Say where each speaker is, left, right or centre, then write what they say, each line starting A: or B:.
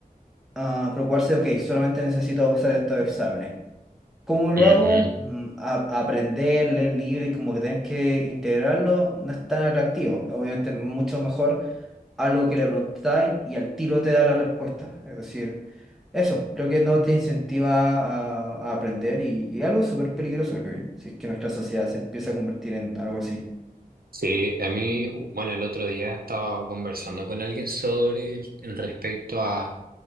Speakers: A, in the centre; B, on the right (about 70°).
A: ah, preocuparse, ok, solamente necesito pasar estos exámenes. ¿Cómo lo
B: Ujú.
A: hago? Mm, a- aprender, leer libros y como que tener que integrarlo no es tan atractivo. Obviamente es mucho mejor algo que le preguntáis y al tiro te da la respuesta. Es decir, eso, creo que no te incentiva a, a aprender y, y algo súper peligroso, creo yo. Si es que nuestra sociedad se empieza a convertir en algo así.
B: Sí, a mí, bueno, el otro día estaba conversando con alguien sobre el- en respecto a